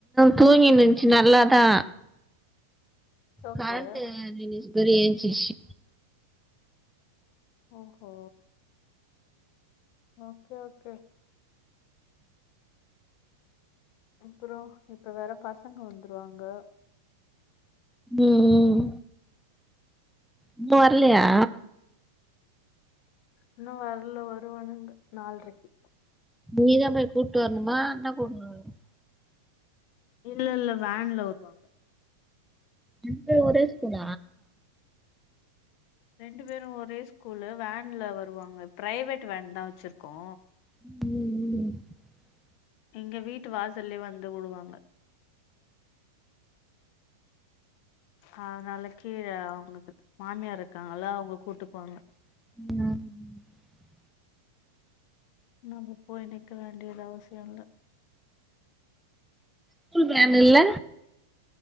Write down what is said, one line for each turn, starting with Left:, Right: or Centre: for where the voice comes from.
Centre: தூங்கினு இருந்துச்சு நல்லாதா
Left: ஓகே
Centre: கரண்டு நின்னுச்சு எஞ்சுக்கிச்சு
Left: ஓஹோ ஓகே ஓகே அப்புற இப்ப வேற பசங்க வந்துருவாங்க
Centre: உம் இப்ப வரலையா
Left: இன்னு வரல வருவனுங்கு நால்ரைக்கு
Centre: நீதான் போய் கூப்பிட்டு வரணுமா அண்ண கூட்டுவரும
Left: இல்ல இல்ல வேன்ல வருவாங்க
Centre: இண்டு ஒரே ஸ்கூல
Left: ரெண்டு பேரும் ஒரே ஸ்கூல்ல வேன்ல வருவாங்க பிரைவேட் வேன் தான் வச்சிருக்கோ
Centre: ம் ம்
Left: எங்க வீட்டு வாசல்லயே வந்து உடுவாங்க அதனால கீழே அவங்களுக்கு மாமியார் இருக்காங்கல்ல அவங்க கூட்டுகு வாங்க
Centre: ம்
Left: நம்ம போய் நிக்கல வேண்டியது அவசிய இல்ல
Centre: ஸ்கூல் வேன் இல்ல